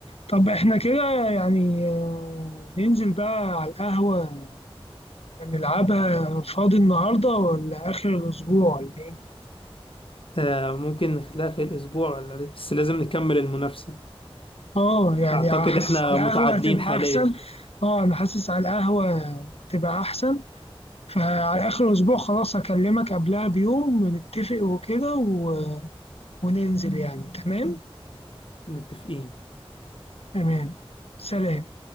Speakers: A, on the left (about 80°); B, on the left (about 60°).
A: طب إحنا كده يعني آه، ننزل بقى على القهوة نلعبها فاضي النهاردة ولا آخر الأسبوع ولا إيه؟
B: آه، ممكن نخليها في الأسبوع ولا- بس لازم نكمل المنافسة
A: آه يعني
B: أعتقد
A: حاسس
B: إحنا
A: على
B: متعادلين
A: القهوة هتبقى
B: حاليا
A: أحسن آه أنا حاسس على القهوة هتبقى أحسن فعلى آخر الأسبوع خلاص هكلمك قبلها بيوم نتفق وكده و... وننزل يعني تمام
B: متفقين
A: تمام سلام